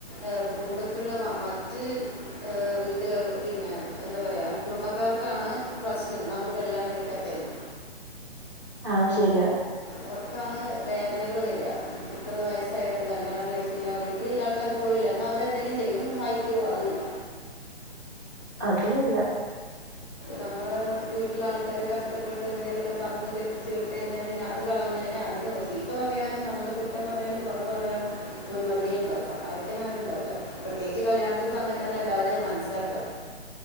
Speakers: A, on the left; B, on the right.
A: ഏഹ് കുടുംബത്തില്ള്ള മറ്റ് ഏഹ് വീട്ടുക പിന്നെ എന്ത പറയ കുടുംബക്കാർക്കാണ് പ്രശ്നം നമ്മൾ കല്യാണം കഴിക്കാത്തേന്.
B: ആഹ് ശരിയ
A: അവർക്കാണ് വേദനകള് വര ഇത്ര വയസ്സായിട്ടും കല്യാണം കഴിച്ച ട്ടില്ല വീട്ടിലുള്ള ആൾക്കാർക്ക് പോലുല്ല എന്നാ അവരെന്തങ്കിലും ചെയ്ത സഹായിക്കുവോ അതുല്ല
B: അതുല്ല
A: നമ്മൾ വീട്ടില് ആൾക്കാര് കഷ്ടപ്പെട്ട് എന്തേലൊക്കെ തന്ന് കെട്ടിച്ചു വിട്ടു കഴിഞ്ഞാൽ പിന്നെ അത് കളഞ്ഞാൽ അതിന് <inaudible> ചീത്ത പറയാനും നമ്മളുടെ കുറ്റം പറയാനും കൊറവ് പറയാനും മുൻപന്തിയിലുണ്ടാവും സഹായിക്കാൻ ആരുണ്ടാവുല്ല. പ്രത്യേകിച്ച് കല്യാണത്തിന്റെ സമയത്താണ് എല്ലാവരെയും മനസിലാക്ക.